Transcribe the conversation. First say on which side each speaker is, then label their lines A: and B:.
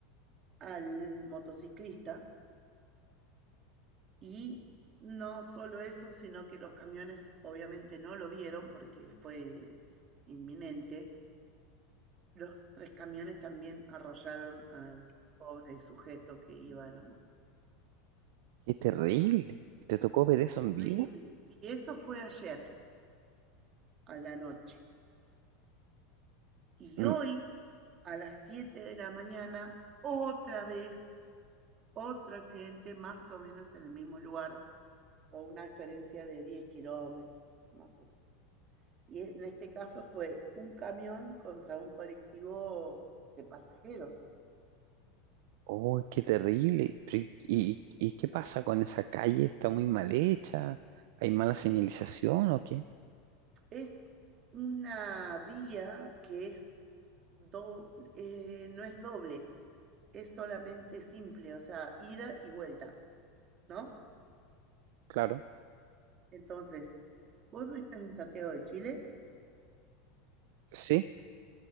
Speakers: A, on the right; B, on the right.
A: al motociclista y no solo eso, sino que los camiones obviamente no lo vieron porque fue inminente. Los tres camiones también arrollaron al pobre sujeto que iba en la moto.
B: qué terrible. ¿Te tocó ver eso en vivo?
A: Terrible. Y eso fue ayer a la noche. Y
B: Mm,
A: hoy, a las 7 de la mañana, otra vez Otro accidente más o menos en el mismo lugar, con una diferencia de 10 kilómetros, más o menos. Y en este caso fue un camión contra un colectivo de pasajeros.
B: Oh, qué terrible. Pero ¿Y, y- y qué pasa con esa calle? ¿Está muy mal hecha? ¿Hay mala señalización o qué?
A: Es una vía que es do- eh, no es doble, es solamente simple, o sea, ida y vuelta, ¿no?
B: Claro.
A: Entonces, vos no estás en Santiago de Chile.
B: Sí,